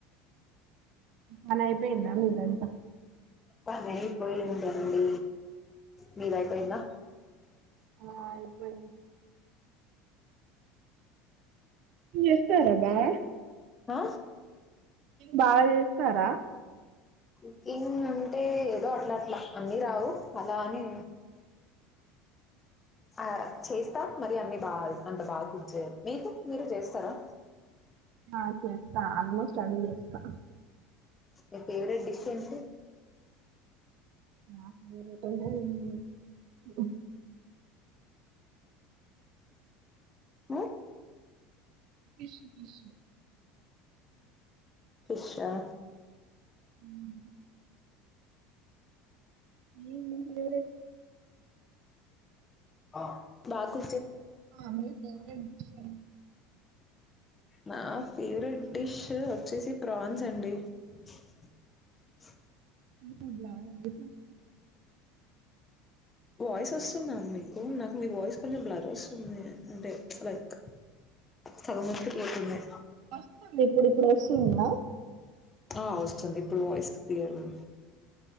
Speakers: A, on the right (about 55°); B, on the left (about 15°).
A: పనిఅయిపోయిందా మీదంత
B: పనైయిపోయిందండి మీరై పోయిందా
A: ఆ అయిపోయింది ఎస్తారాబా <unintelligible>
B: ఆ
A: బాగ చేస్తారా
B: కుకింగ్ అంటే ఏదో అట్లా అట్లా అన్నీ రావు అలా అని ఆ చేస్తా మరి అన్ని బాగా అంత బాగా కుర్చయ మీకు మీరు చేస్తారా
A: ఆ చేస్తా ఆల్మోస్ట్ అన్ని చేస్తా
B: మీ ఫేవరెట్ డిష్ ఎంటి
A: నా ఫేవరేట్ అంటే ఏమి లేదు
B: ఉం
A: ఫిష్ ఫిష్
B: ఫిష్ ఆ
A: ఉం ఏంది నీ ఫేవరేట్
B: ఆ బాకు
A: ఆ మీ ఫేవరేట్ డిష్ ఎంటి
B: నా ఫేవరెట్ డిష్ వచ్చేసి ప్రాన్స్ అండి అ
A: కులాకు <unintelligible>
B: వాయిస్ వస్తుందా మీకు నాకు మీ వాయిస్ కొంచెం బ్లర్ వస్తుంది అంటే లైక్ సగం వచ్చి పోతుంది
A: వస్తుంది ఇప్పుడు ఇప్పుడు వస్తుంద
B: ఆ వస్తుంది ఇప్పుడు వాయిస్ క్లియర్గ ఉంది